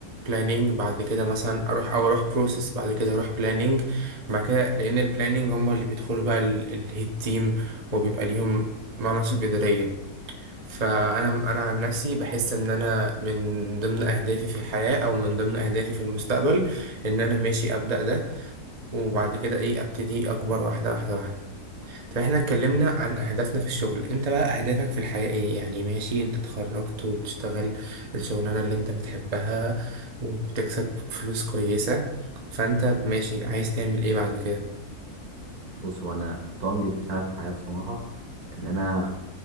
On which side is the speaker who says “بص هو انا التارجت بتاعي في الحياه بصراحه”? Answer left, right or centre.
Right